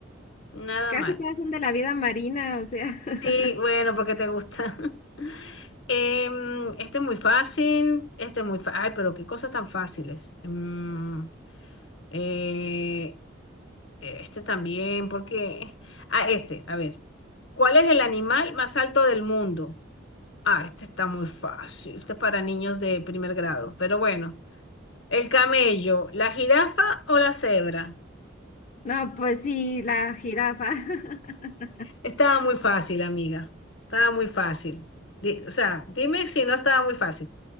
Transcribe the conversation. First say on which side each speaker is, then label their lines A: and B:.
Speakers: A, on the left (about 65°); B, on the left (about 40°).
A: Nada
B: casi
A: mal.
B: todas son de la vida marina, o sea. <laughs>
A: Sí, bueno, porque te gusta. <laughs> Em, este es muy fácil. Este es muy fácil. Ay, pero qué cosas tan fáciles. Mm, eh, este también, porque. Ah, este, a ver. ¿Cuál es el animal más alto del mundo? Ah, este está muy fácil. Este es para niños de primer grado. Pero bueno, el camello, la jirafa o la cebra.
B: No, pues sí, la jirafa. <laughs>
A: Estaba muy fácil, amiga. Estaba muy fácil. Di- o sea, dime si no estaba muy fácil.